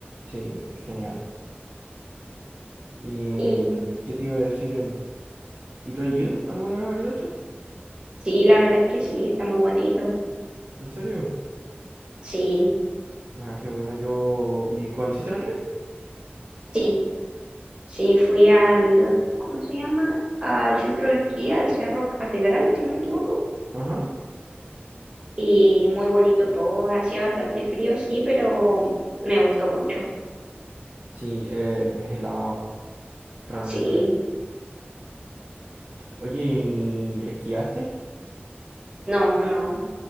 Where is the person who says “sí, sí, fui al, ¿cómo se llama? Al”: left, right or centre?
Right